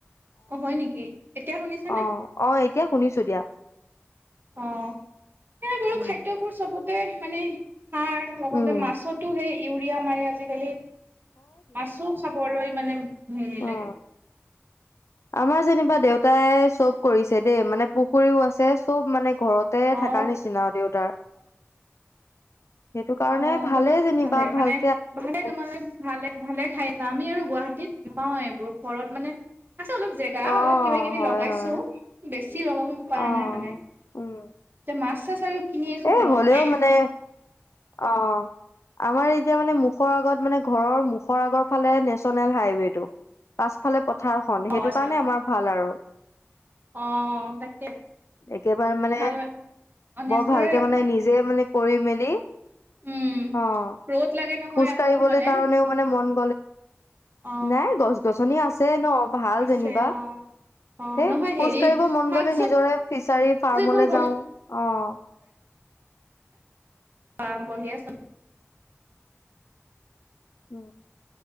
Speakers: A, on the right; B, on the left.
A: অ', হয় নেকি এতিয়া শুনিছেনে
B: অ', অ', এতিয়া শুনিছো দিয়া
A: অ', সেই বাৰু
B: উম
A: খাদ্যবোৰ চবতে মানে সাৰ লগতে
B: উম
A: মাছতো সেই ইউৰিয়া মাৰে আজিকালি মাছো খাবলৈ মানে হেৰি
B: উ,
A: লাগে
B: আমাৰ যেনিবা দেউতা তাই চব কৰিছে দেই মানে পুখুৰীও আছে চব মানে ঘৰতে
A: অ
B: থকাৰ নিচিনা দেউতাৰ সেইটো কাৰণে
A: অ',
B: ভালেই
A: তোমাৰচোন
B: যেনিবা
A: ভালে
B: ভালকে
A: মানে
B: আছে।
A: ভালে তোমালৈ ভালে, ভালে খাইছা আমি আৰু গুৱাহাটী নাপাওঁ এইবোৰ ঘৰত মানে আছে অলপ জেগা
B: অ
A: অলপ কিবা কিনি
B: হয়
A: লগাইছো
B: হয়
A: বেছি লগাব পৰা
B: অ',
A: নাই মানে
B: উম,
A: তে মাছ আৰু কিনিয়ে খাব
B: এ,
A: লগা
B: হলেও
A: হয়
B: মানে অ', আমাৰ এতিয়া মানে মুখৰ আগত মানে ঘৰৰ মুখৰ আগৰ ফালে নেশচনেল হাইৱেটো পাছফালে পথাৰখন
A: অ
B: সেইটো
A: আচ্ছা
B: কাৰণে আমাৰ ভাল আৰু
A: অ', তাকে
B: একেবাৰে মানে
A: খাই অ', নেচাৰেল
B: বৰ ভালকে মানে
A: কথা
B: নিজে মানে কৰি মেলি অ',
A: উম ৰ'দ লাগে নহয়
B: খোজ
A: আকৌ
B: কাঢ়িবলৈ
A: মানে
B: কাৰণেও মানে মন
A: অ
B: নাই গছ- গছনি আছে ন ভাল
A: আছে
B: যেনিবা
A: অ অ
B: হ
A: নহয়
B: খোজ
A: হেৰি
B: কাঢ়িব মন
A: শাক
B: গলে নিজৰে ফিচাৰী
A: চবজিবোৰ
B: ফাৰ্মলৈ
A: হ'ল
B: যাওঁ অ',
A: অ', বঢ়িয়াছ
B: উ,